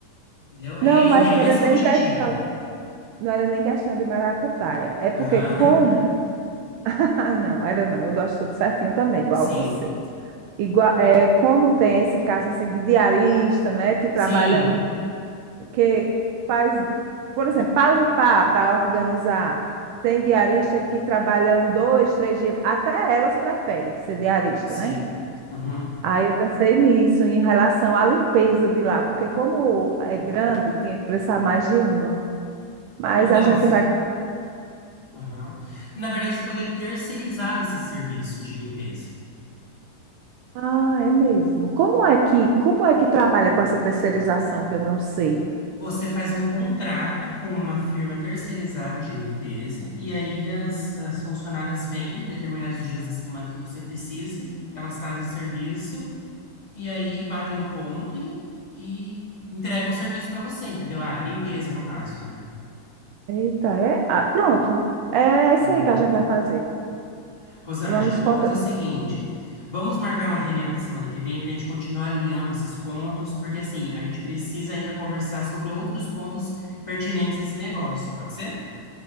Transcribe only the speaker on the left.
Entendeu? É,
e-
é
esse
o objetivo.
Aham.
<laughs>
Sim,
sim,
sim.
Uhum.
Então,
se-
aham. Na verdade, você poderia terceirizar esse serviço de limpeza.
Você faz um contrato com uma firma terceirizada de limpeza, e aí as, as funcionárias vêm em determinados dias da semana que você precisa, elas fazem o serviço, e aí batem o ponto e, e entregam o serviço para você, entendeu? Ah, limpeza, no caso, né?
Uhum.
Rosângela,
vamos
fazer o seguinte: vamos marcar uma reunião para semana que vem para a gente continuar alinhando esses pontos, porque assim, a gente precisa ainda conversar sobre outros pontos pertinentes a esse negócio, pode ser?